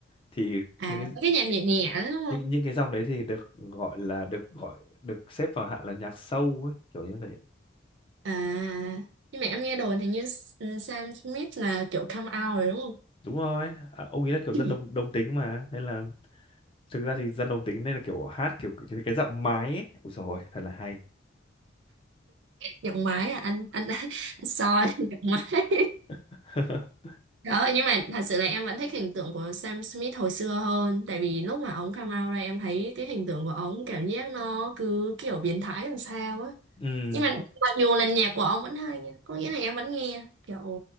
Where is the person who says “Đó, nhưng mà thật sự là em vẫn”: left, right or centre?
Right